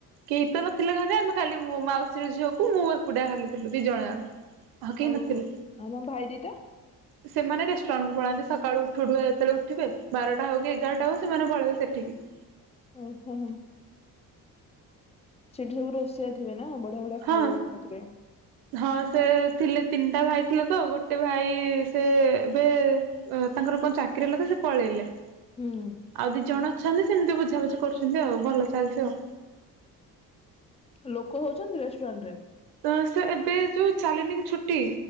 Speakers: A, on the right; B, on the left.
A: କେହି ତ ନଥିଲେ ଘରେ ଆମେ ଖାଲି ମୋ ମାଉସୀ ଝିଅକୁ ମୁଁ ଏକୁଟିଆ ଖାଲି ଥିଲୁ। ଦି ଜଣ ଯାକ। କେହି
B: ଆଉ
A: ନଥିଲେ।
B: ଆମ ଭାଇ ଦିଟା
A: ସେମାନେ ରେଷ୍ଟୁରାଣ୍ଟ କୁ ପଳାନ୍ତି ସକାଳୁ ଉଠୁଉଠୁକା ଯେତେବେଳେ ଉଠିବେ ବାରଟା ହଉ କି ଏଗାରଟା ହଉ ସେମାନେ ପଳେଇବେ ସେଠିକି। <inaudible>
B: ଓହୋ ହୋ। ସେଠି ସବୁ ରୋଷେଇଆ ଥିବେ। ନା ବଢିଆ ବଢିଆ
A: ହଁ,
B: ଖାଇବା ବନଉଥିବେ।
A: ହଁ ସେ ଥିଲେ ତିନିଟା ଭାଇ ଥିଲେ ତ ଗୋଟେ ଭାଇ ସେ ଏବେ ତାଙ୍କର କଣ ଚାକିରି ହେଲେ ତ ସେ ପଳେଇଲେ।
B: ହୁଁ।
A: ଆଉ ଦି ଜଣ ଅଛନ୍ତି ସେମିତି ବୁଝାବୁଝି କରୁଛନ୍ତି ଆଉ। ଭଲ ଚାଲିଛି ଆଉ।
B: ଲୋକ ହଉଛନ୍ତି ରେଷ୍ଟୁରାଣ୍ଟ ରେ?
A: ତ ସେ ଏବେ ଯୋଉ ଚାଲିନି କି ଛୁଟି